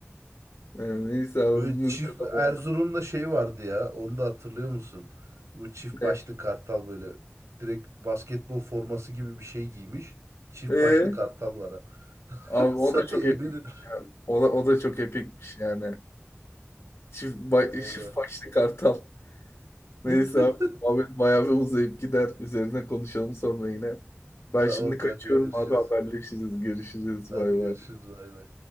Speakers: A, on the left; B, on the right.
A: yani neyse abi
B: Böyle
A: bunu
B: çift
A: zaten bırak.
B: Erzurum'da şey vardı ya. Onu da hatırlıyor musun? Bu çift
A: E,
B: başlı kartal böyle direkt basketbol forması gibi bir şey giymiş. Çift
A: e,
B: başlı kartal var ha.
A: abi
B: <laughs>
A: o
B: Sana
A: da çok
B: eminim.
A: epikmiş ya. O da, o da çok epikmiş yani. Çift, ba-
B: Valla.
A: çift başlı kartal. Neyse
B: <laughs>
A: abi muhabbet bayağı bir uzayıp gider. Üzerine konuşalım sonra yine. Ben
B: Tamam
A: şimdi kaçıyorum
B: kanka görüşürüz.
A: abi haberleşiriz. Görüşürüz.
B: Hadi
A: Bay
B: görüşürüz
A: bay.
B: bay bay.